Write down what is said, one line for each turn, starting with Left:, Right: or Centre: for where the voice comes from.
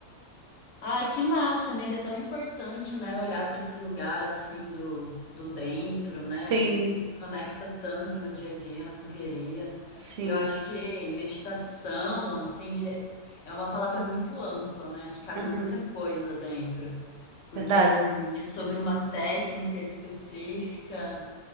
Left: Ai, que massa, amiga, é tão importante, né, olhar para esse lugar assim do, do dentro, né?
Right: Sim.
Left: A gente se desconecta tanto no dia a dia, na correria.
Right: Sim.
Left: E eu acho que meditação, assim, ge- é uma palavra muito ampla, né, que cabe
Right: Uhum.
Left: muita coisa dentro, porque
Right: Verdade.
Left: não é sobre uma técnica específica.